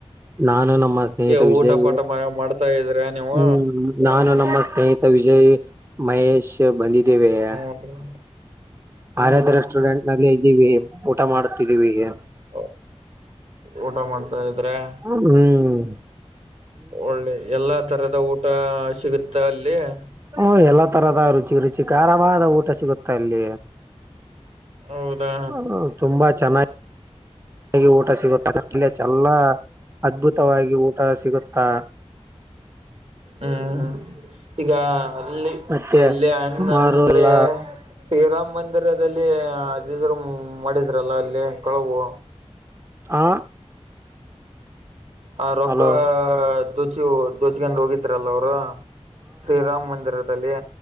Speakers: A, on the right; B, on the right.
A: ನಾನು ನಮ್ಮ ಸ್ನೇಹಿತ
B: ಏ
A: ವಿಜಯ್,
B: ಊಟ ಪಾಠ ಮಾಡ್ತಾ ಇದ್ರ ನೀವು
A: ಹೂ <inaudible> ನಾನು ನಮ್ಮ ಸ್ನೇಹಿತ ವಿಜಯ್ ಮಹೇಶ್ ಬಂದಿದ್ದೇವೆ? <inaudible>
B: ಏನು? <inaudible>
A: ಆರಾಧ್ಯ ರೆಸ್ಟೋರೆಂಟ್ ನಲ್ಲಿ ಇದ್ದೀವಿ, ಊಟ ಮಾಡ್ತಿದ್ದೀವಿ. <inaudible>
B: ಅ ಊಟ ಮಾಡ್ತಾ ಇದರೇ? <inaudible>
A: ಹೌದ ಹೂ <inaudible>
B: ಒಳ್ಳೆಯ ಎಲ್ಲಾ ತರದ ಊಟಾ ಸಿಗುತ್ತಾ ಅಲ್ಲಿ? <inaudible>
A: ಹೂ ಎಲ್ಲಾ ತರದ ರುಚಿ ರುಚಿಕಾರವಾದ ಊಟ ಸಿಗುತ್ತೆ ಅಲ್ಲಿ. <inaudible>
B: ಹೌದಾ
A: ಹ ಹ ತುಂಬಾ ಚೆನ್ನಾಗಿ <inaudible> ಮನೆಗ ಊಟ ಸಿಗುತ್ತ ಅದಲ್ಲ ಚೆಲ್ಲ ಅದ್ಭುತವಾಗಿ ಊಟ ಸಿಗುತ್ತಾ? <inaudible>
B: ಹ್ಮ್ ಈಗ ಅಲ್ಲಿ
A: ಮತ್ತೆ
B: ಎಲ್ಲಿ ಅನ್
A: ಸುಮಾರು
B: ಅಂದ್ರೆ
A: ಎಲ್ಲ
B: ಶ್ರೀರಾಮ್ ಮಂದಿರದಲ್ಲಿ ಅದಿದ್ರು ಹೂ ಮಾಡಿದ್ರಲ್ಲ ಅಲ್ಲಿ ಕಳವು.
A: ಆ
B: ಹ ರೊಕ್ಕಾ
A: ಹಲೋ
B: ದೋಚಿ ಓ ದೋಚಕಂಡ್ ಹೋಗಿದ್ರಲ್ಲ ಅವರು ಶ್ರೀರಾಮ್ ಮಂದಿರದಲ್ಲಿ.